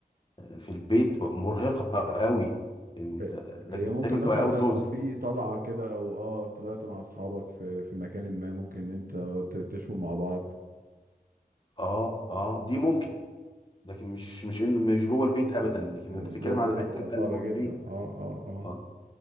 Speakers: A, on the left; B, on the right.
A: في البيت مرهقه قوي انت
B: إيه-
A: لكن
B: هي ممكن
A: دايما
B: مثلا
A: تبقى اوت
B: لو
A: دورز
B: في طلعه كده او اه طلعت مع اصحابك في في مكان ما ممكن ان انت ت- تشوي مع بعض
A: اه اه دي ممكن لكن مش مش إن- مش جوه البيت ابدا لكن انت بتتكلم
B: جوه البيت
A: على الاكل
B: هتبقى
A: بقى
B: صعبة
A: اللي جوه
B: جدا
A: البيت
B: اه اه اه
A: آه،